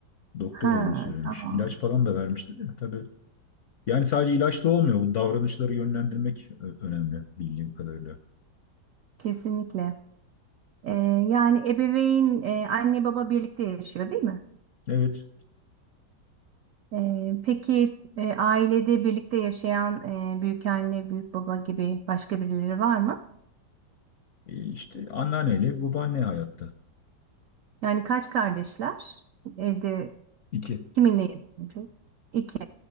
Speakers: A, on the left; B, on the right.
A: Doktor
B: Ha,
A: öyle söylemiş.
B: tamam.
A: İlaç falan da vermişti de tabii. Yani sadece ilaçla olmuyor. Bu davranışları yönlendirmek ö- önemli bildiğim kadarıyla.
B: Kesinlikle. E, yani ebeveyn, e, anne baba birlikte yaşıyor değil mi?
A: Evet,
B: Ee, peki e, ailede birlikte yaşayan e, büyük anne, büyük baba gibi başka birileri var mı?
A: e, işte anneanneyle babaanne hayatta.
B: Yani kaç kardeşler? Evde
A: İki.
B: kiminle yaşıyorsun? İki.